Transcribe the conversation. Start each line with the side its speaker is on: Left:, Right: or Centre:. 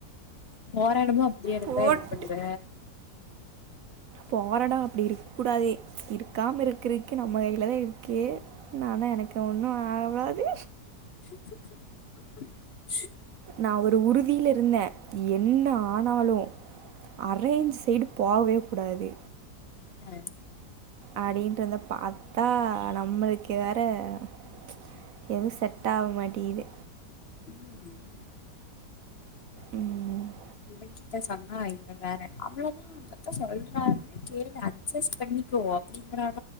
Left: போற எடமு அப்டியே இருந்தா
Right: போட்டு
Left: என்ன பண்ணுவ
Right: போரேடோ அப்படி இருக்கூடாது இருக்காம இருக்கிறதுக்கு நம்ம கைல தா ஓக்கே நானா எனக்கு ஒண்ணு ஆவாது
Left: <inaudible>
Right: நா ஒரு உறுதியில இருந்தே என்ன ஆனாலு அரேஞ்சு சைடு போவே கூடாது
Left: ஆ
Right: அப்டின்றந்த பாத்தா நம் நம்மளுக்கு வேற ம்ச் எதுவு செட் ஆவ மாட்டீகுது
Left: ம்
Right: உம்
Left: இவன் கிட்ட சொன்னா இவ வேற அவ்வளோதா மச்சா சொல்றாருல்ல கேளு அட்ஜஸ் பண்ணிக்கோ அப்படிங்குறாரு